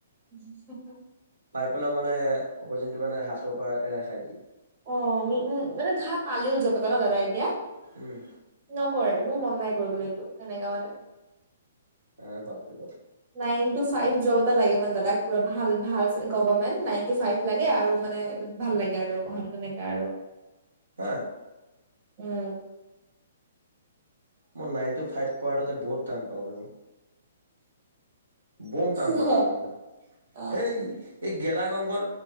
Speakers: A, on the right; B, on the right.
A: উম,
B: পাই পেলাইও মানে অপি মানে হাতৰ পৰা এৰা খাই। দিয়ে
A: অ, উ মানে ধা পালিও জ পত ন দাদা এতিয়া
B: উম
A: নকৰে। মোৰ মন নাই কৰিবলৈ এইটো এনেকা মানে।
B: আহ, বাপৰে বাপ
A: নাইন টো ফাইভ যব এটা লাগে মানে দাদাক পোৰা ভাল - ভাল গভৰ্ণমেণ্ট নাইণ টো ফাইভ ভাল লাগে আৰু দৰৱহাটো তেনেককাে আৰু।
B: হা
A: উম,
B: মই নাইন টু ফাইভ কোৱাটো যে বহুত টান পাও। বোম টান
A: সিহ
B: পাও এডাল মই
A: অ
B: হেই। এই গেলা গংশত